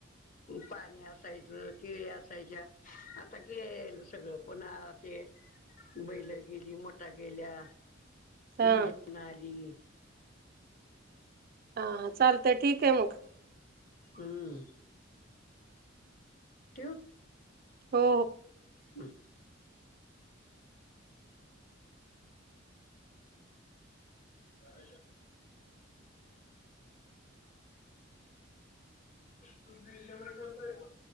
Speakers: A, on the left; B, on the right.
A: पाणी असायचं केळी असायच्या. आता क येल सगळं पुन्हा ते बैल गेली मोठा गेल्या
B: हा
A: इंजन आली.
B: हा चालत ठीक आहे मग
A: हम्म. ठेवु.
B: हो.
A: हम.
B: <unintelligible>
A: <unintelligible> तुम दिश कोतोय का?